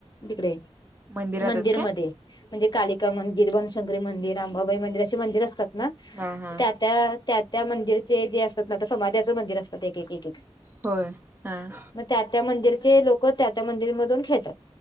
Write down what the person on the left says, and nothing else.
तिकडे
मंदिरमध्ये.
म्हणजे कालिका मंदिर, बनशंकरी मंदिर, अंबाबाई मंदिर असे मंदिर असतात ना
त्यात. त्या त्या- त्या मंदिरचे जे असतात ना, समाजाचं मंदिर असतात एक एकेक-एकेक
मग त्या -त्या मंदिरचे लोकं त्या-त्या मंदिर मधून खेळतात.